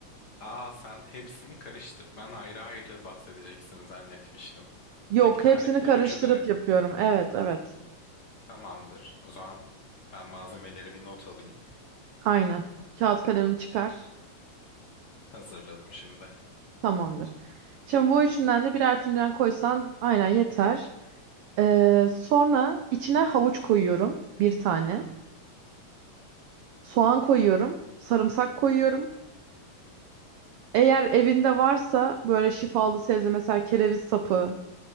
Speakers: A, on the left (about 50°); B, on the right (about 85°).
A: Aa sen hepsini karıştır. Ben ayrı ayrı bahsedeceksin zannetmiştim.
B: Yok,
A: Tek tarifte
B: hepsini karıştırıp
A: üçü de
B: yapıyorum. Evet, evet.
A: tamamdır. O zaman ben malzemeleri bir not alayım.
B: Aynen. Kağıt kalemini çıkar.
A: Hazırladım şimdi.
B: Tamamdır. Şimdi bu üçünden de birer fincan koysan aynen yeter. Ee, sonra içine havuç koyuyorum bir tane. Soğan koyuyorum. Sarımsak koyuyorum. Eğer evinde varsa böyle şifalı sebze mesela kereviz sapı